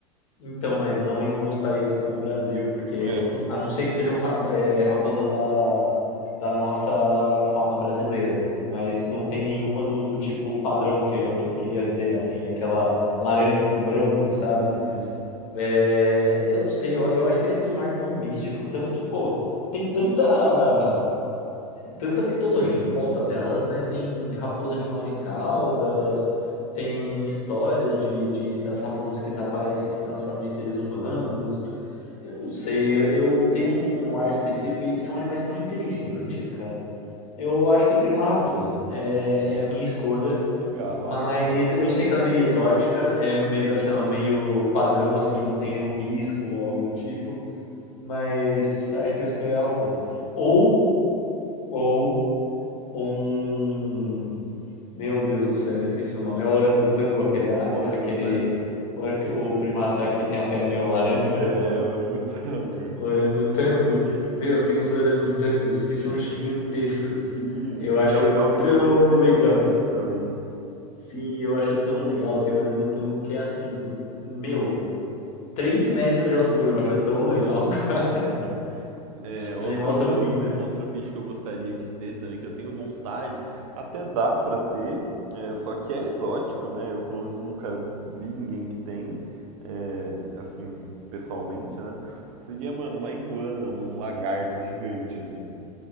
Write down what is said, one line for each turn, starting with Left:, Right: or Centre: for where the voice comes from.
Left: Então, mas não em alguns países como o Brasil, porque
Right: É.
Left: a não ser que sejam ra- eh, raposas da, da nossa fauna brasileira, mas não tem nenhuma do, do tipo padrão que, eu- que eu queria dizer, assim, aquela laranja com branco, sabe?
Right: <laughs> Uhum.
Left: É, eu não sei, eu, eu acho que eles têm um ar tão místico, tanto que, pô, tem tanta, tanta mitologia em volta delas, né? Tem raposa de nove caudas, tem histórias de, de- das raposas que desaparecem e se transformam em seres humanos. Eu não sei, eu, eu tenho um, um ar específico e são animais tão inteligentes, cara. Eu acho que eu teria uma raposa. É, é a minha escolha.
Right: Legal,
Left: Mas
Right: legal.
Left: eu sei que ela é meio exótica, é meio exótica não, meio padrão assim, não tem nenhum risco ou algo do tipo, mas acho que eu escolhi a raposa. Ou, ou um, meu Deus do céu, eu esqueci o nome, é o orangotango, aquele, a-
Right: Um orangotango?
Left: aquele, or- o primata que tem a pele meio laranja,
Right: É, orangotango.
Left: orangotango. Meu, tem uns orangotangos que são gigantescos.
Right: Sim,
Left: Eu acho
Right: e é legal que
Left: tão
Right: ele é muito inteligente
Left: legal.
Right: também.
Left: Sim, eu acho tão legal. Tem orangotango que é assim, do, meu, 3 metros de altura. Eu acho tão legal.
Right: <laughs>
Left: <laughs>
Right: É, outro,
Left: É um animal tão lindo.
Right: um outro bicho que eu gostaria de ter também, que eu tenho vontade, até dá pra ter, é, só que é exótico, né? Eu pelo menos nunca vi ninguém que tem, é, assim, pessoalmente, né? Seria, mano, uma iguana, um lagarto gigante, assim.